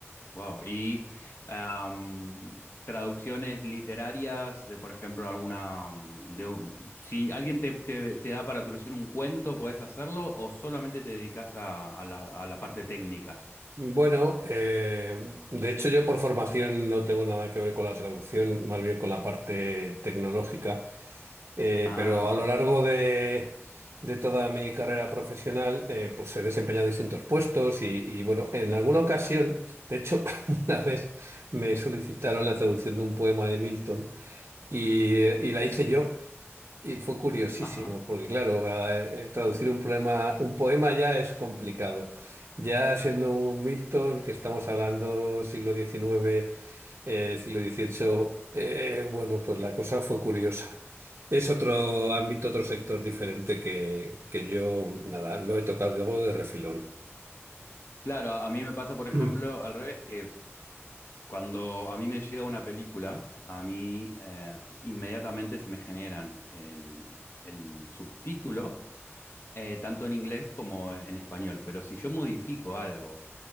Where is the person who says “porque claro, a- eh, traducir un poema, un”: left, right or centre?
Right